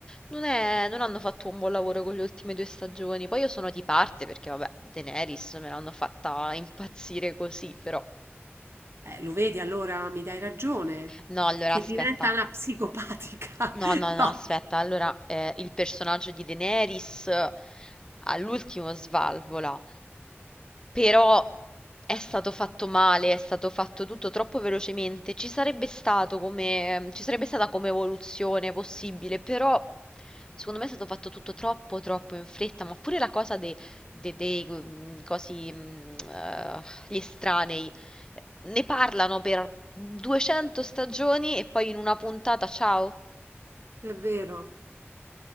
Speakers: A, on the left; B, on the right.
A: non è- non hanno fatto un buon lavoro con le ultime due stagioni. Poi io sono di parte perché, vabbè, Daenerys me l'hanno fatta impazzire così, però.
B: Eh, lo vedi allora, mi dai ragione,
A: No, allora
B: che
A: aspetta.
B: diventa una psicopatica.
A: No,
B: <laughs>
A: no, no,
B: No,
A: aspetta. Allora, eh, il personaggio di Daenerys eh, all'ultimo svalvola. però è stato fatto male, è stato fatto tutto troppo velocemente. Ci sarebbe stato come, ci sarebbe stata come evoluzione possibile, però secondo me è stato fatto tutto troppo, troppo in fretta. Ma pure la cosa dei, de- dei, mm, cosi, mm, eh, gli estranei, ne parlano per 200 stagioni e poi in una puntata, ciao,
B: è vero.